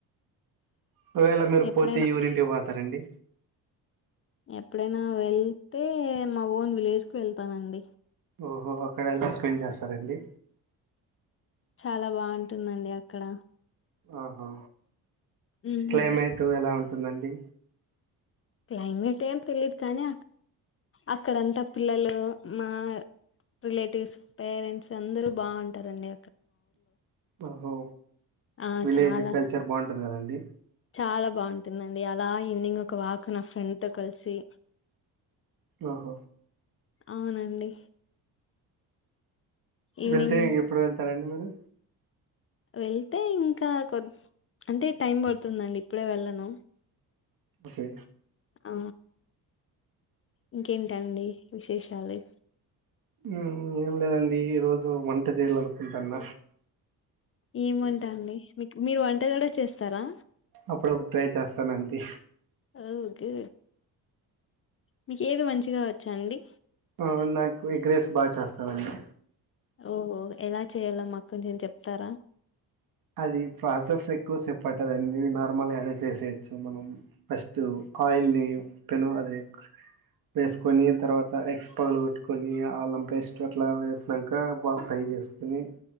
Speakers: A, on the right (about 55°); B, on the left (about 35°).
A: ఒకవేళ మీరు
B: ఎప్పుడైనా
A: పోతే ఊరింటికి పోతారండి
B: ఎప్పుడైనా వెళ్తే మా ఓన్ విలేజ్ కు వెళ్తానండి
A: ఓహో అక్కడ ఎలా స్పెండ్ చేస్తారండి
B: చాలా బాగుంటుందండి అక్కడ
A: ఆహా
B: ఉహు
A: క్లైమేటు ఎలా ఉంటుందండి
B: క్లైమేట్ ఏం తెలీదు కానీ అక్కడంతా పిల్లలు మా రిలేటివ్స్, పేరెంట్స్ అందరు బావుంటారండి
A: ఆహో
B: ఆ
A: విలేజ్
B: చాలా
A: కల్చర్ బావుంటుంది కదండి
B: చాలా బావుంటుందండి అలా ఈవినింగ్ ఒక వాక్ నా ఫ్రెండ్ తో కలిసి
A: ఆహ
B: అవునండి ఈవినింగ్
A: వెళ్తే ఇంక ఎప్పుడు వెళ్తారండి మీరు?
B: వెళ్తే ఇంకా కొద్ అంటే టైం పడుతుందండి ఇప్పుడే వెళ్ళను.
A: ఓకే
B: ఆ ఇంకేంటండి విశేషాలు?
A: మ్ ఏం లేదండి ఈ రోజు వంట చేయాలనుకుంటాన్న.
B: ఏ వంట అండి మీకు మీరు వంట కూడా చేస్తారా?
A: అప్పుడప్పుడు ట్రై చేస్తాను అంతే
B: ఓకే మీకేది మంచిగా వచ్చా అండి?
A: ఆ నాకు ఎగ్రేస్ బాగా చేస్తానండి.
B: ఓహో ఎలా చేయాలో మాకు కొంచెం చెప్తారా?
A: అది ప్రాసెస్ ఎక్కువసేపట్టందిన్నీ నార్మల్ గానే చేసేయొచ్చు మనం ఫ స్టు ఆయిల్ని పెనం అది వేసుకొని తర్వాత ఎగ్స్ పలు కొట్టుకొని అల్లం పేస్ట్ అట్లా వేసినాక బాగా ఫ్రై చేసుకొని